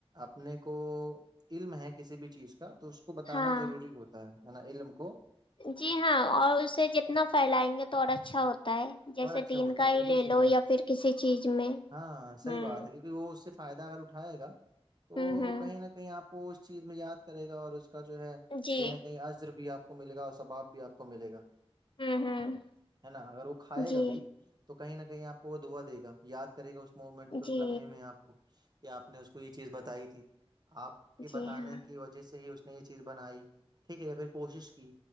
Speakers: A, on the right; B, on the left.
A: اپنے کو علم ہے کسی بھی چیز کو کیا تو اس کو بتانا
B: ہاں
A: ضروری ہوتا ہے ہان ال مک
B: جی ہاں اور اسے جتنا پھیلائیں گے تو اور اچھا ہوتا ہے جیسے
A: اور اچھا
B: دین
A: ہوتا
B: کا
A: ہے بالکل
B: ہی لے
A: صحیح
B: لو
A: بات
B: یا پھر کسی چیز میں
A: ہاں صحیح
B: ہوں
A: بات ہے کیونکہ وہ اس سے فائدہ اگر اٹھائے گا تو
B: ہوں ہوں
A: کہیں نہ کہیں آپ کو اس چیز میں یاد کرے گا اور اس کا جو ہے
B: جی
A: کہیں نہ کہیں عضر بھی آپ ملے گا اور ثباب بھی آپ کو ملے گا
B: ہوں ہوں
A: ہے نا اگر وہ کھائے
B: جی
A: گا بھی تو کہیں نہ کہیں آپ کو وہ دوا دےا یاد کرے گا اس موومنٹ پہ اس
B: جی
A: لمحے میں آپ کو ا کہ آپ نے اس کو یہ چیز بتائی تھی آپ کے بتانے
B: جی ہاں
A: کی وجہ سے ہی اس یہ چیز بنائی ٹھیک ہے پھر کوشش کی